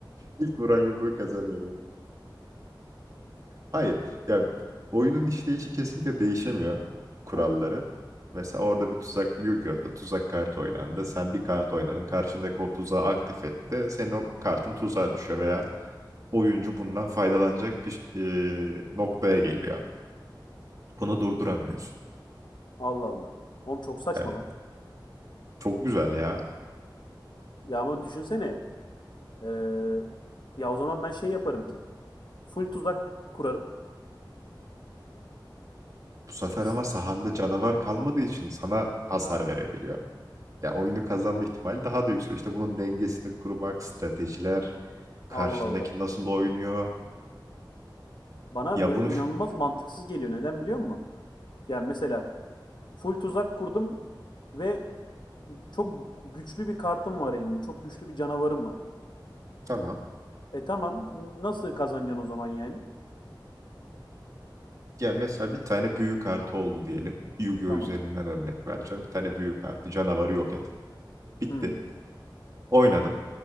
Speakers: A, on the right; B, on the left.
A: İlk vuran yumruğu kazanıyor. Hayır. Ya oyunun işleyişi kesinlikle değişemiyor kuralları.
B: Aha.
A: Mesela orada bir tuzak Yu-Gi-Oh'ta tuzak kart oynandı. Sen bir kart oynadın. Karşındaki o tuzağı aktif etti. Senin o kartın tuzağa düşüyor veya oyuncu bundan faydalanacak bir e, noktaya geliyor. Bunu durduramıyorsun.
B: Allah Allah. Oğlum çok saçma
A: Evet.
B: lan.
A: Çok güzel ya.
B: Ya ama düşünsene. eee, ya o zaman ben şey yaparım ki. Full tuzak kurarım.
A: Bu sefer
B: S-
A: ama sahanda canavar kalmadığı için sana hasar verebiliyor. Ya oyunu kazanma ihtimali daha da yükseliyor. İşte bunun dengesini kurmak, stratejiler, karşındaki
B: Allah Allah.
A: nasıl oynuyor.
B: Bana
A: Ya
B: böyle
A: bunu
B: inanılmaz
A: şu-
B: mantıksız geliyor. Neden biliyor musun? Ya mesela full tuzak kurdum ve çok güçlü bir kartım var elimde. Çok güçlü bir canavarım var.
A: Tamam.
B: E tamam. Nasıl kazanacaksın o zaman yani?
A: ya mesela bir tane büyü kartı oldu diyelim. Yu-Gi-Oh
B: Tamam.
A: üzerinden örnek vereceğim. Bir tane büyü kartı canavarı yok et. Bitti.
B: Hı.
A: Oynadın.